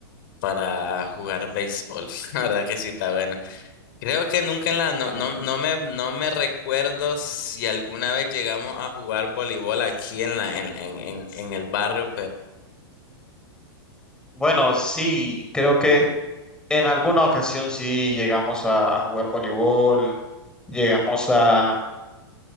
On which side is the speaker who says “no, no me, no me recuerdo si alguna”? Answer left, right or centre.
Left